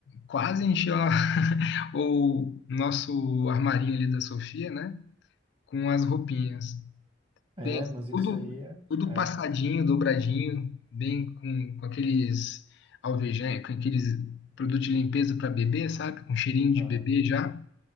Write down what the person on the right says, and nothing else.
É,
mas isso
aí é.
é.
Aham.